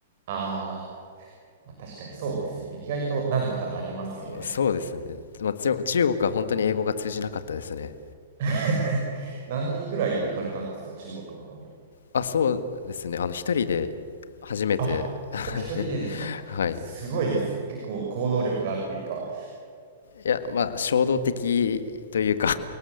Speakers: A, on the right (about 55°); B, on the left (about 70°).
A: あー、まあ、確かにそうですよね。意外となんとかなりますよね。
B: そうですね、まあ、ちょ中国は本当に英語が通じなかったですね。
A: <laughs> 何人ぐらいで行かれたんですか、中国の方には。
B: あ、そうですね、あの、一人で初めて、
A: あ、
B: <laughs>
A: お一人でですか。
B: はい。
A: すごいですね。結構行動力があるっていうか、
B: いや、まあ、衝動的というか